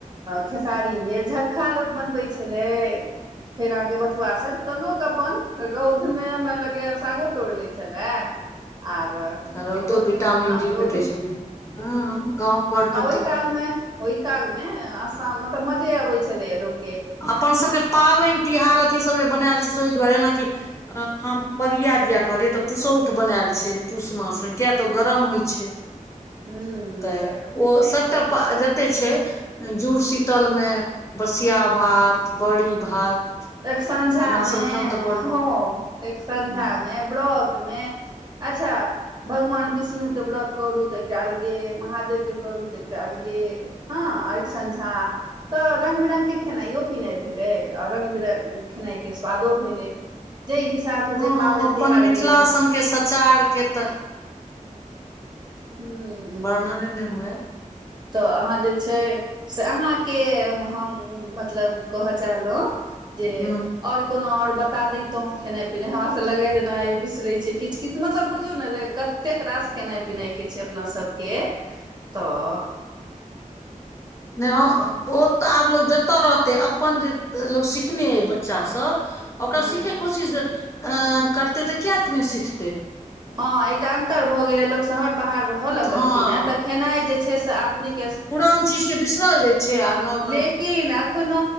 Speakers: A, on the right (about 30°); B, on the left (about 20°).
A: खेसारी भेल झक्का लोक बनबै छेलै फेर अहाँके बथुआ साग तऽ लोक अपन रौदमे हमरा लगै सागो तोड़ लै छलए आर
B: रौदो
A: खाइतो छलै
B: विटामिन
A: हँ
B: डी
A: रौ
B: भेटै छलै हँ गाँव घरमे
A: आ ओहि
B: तऽ
A: काल मे ओहि काल मे आसा मतलब मजे अबै छलैया लोक
B: अपन सभके पाबनि तिहार अथीसभ जे बनायल छै से ओहि दुआरे जेनाकि अं अं बगिया दिया कहले त पुसौठ बनायल छै जे पूस मास मे किया त ओ गरम होइ छै
A: <inaudible> हूँ
B: त ओ सब जते छै जुड़ शीतल मे बसिया भात बड़ी भात
A: एक संझा
B: अपना
A: मे
B: सब ओहिठाम तऽ बड़
A: ह एक संझा
B: हँ
A: मे व्रत मे अच्छा भगवान विष्णुके व्रत करू तऽ एकटा अलगे महादेवके करू तऽ एकटा अलगे हँ अ संझा तऽ रंग बिरंग के खेनाइयो पिनाइ भेले रंग बिर खेनाइके स्वादो भेलै जाहि हिसाबसँ
B: हँ
A: जे पाबनि
B: अपन
A: तिहार
B: मिथिला
A: भेलै
B: सन के सचार के तऽ
A: हुँ
B: वर्णन नहि हुए
A: तऽ अहाँ जे छै से अहाँके हम मतलब कहऽ चाहलहुँ जे
B: हूँ
A: आर कोनो आओर बता दैतहुँ खेनाई पिनाई हमरास लगैए जेना बिसरै छियै किछ किछ मतलब बुझियौ ने जे कत कतेक रास खेनाइ पिनाइ के छै अपना सबके तऽ
B: नहि हँ बहुत त आब लोक जतय रहतै अपन जे लोक सिखने अइ बच्चासभ ओकरा
A: हँ
B: सिखैके कोशिश अ करतै तऽ किएक नहि सिखतै
A: हँ एकटा अन्तर भऽ गेलै लोक शहर बाहर रहऽ लगलखिन
B: हँ
A: हेँ तऽ खेनाइ जे छै से आधुनिक
B: पुरान चीजके बिसरल जाइ छै आर नव
A: लेकिन
B: नव
A: अखनो